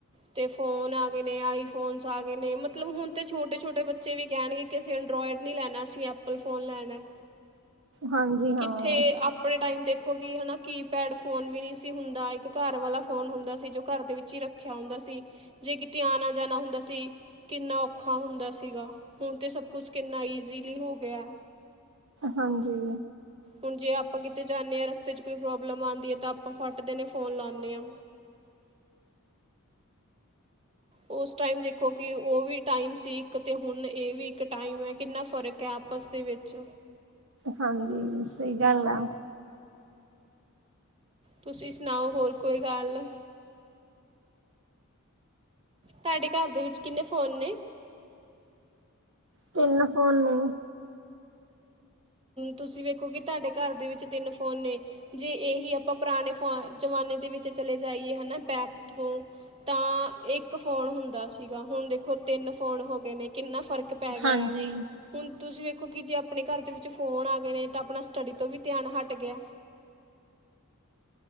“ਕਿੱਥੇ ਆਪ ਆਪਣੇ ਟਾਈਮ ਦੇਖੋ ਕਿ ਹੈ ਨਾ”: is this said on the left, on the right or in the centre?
Right